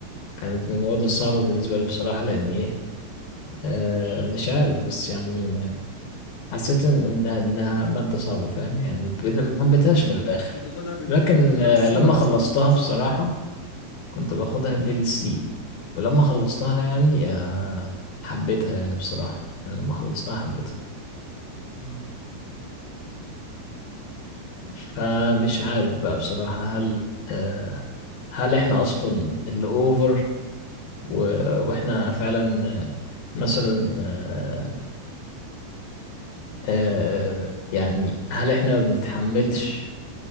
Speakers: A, on the left (about 65°); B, on the left (about 50°).
A: كانت من المواد الصعبة بالنسبة لي بصراحة لأن إيه آه مش عارف بس يعني حسيت إن- انها إنها مادة صعبة فاهم يعني بن- ما حبيتهاش من الاخر
B: كنت بتاخدها بال...
A: لكن
B: كنت بتاخدها
A: آه،
B: بالسي
A: لما
B: ولا
A: خلصتها
B: سي بلس بلس
A: بصراحة
B: ولا ايه؟
A: كنت باخدها بالسي ولما خلصتها يعني آه، حبيتها يعني بصراحة يعني لما خلصتها حبيتها
B: مم.
A: فمش عارف بقى بصراحة هل آه، هل احنا اصلا اللي اوفر و- واحنا فعلا آه، مثلا آه، آه، يعني هل احنا ما بنتحملش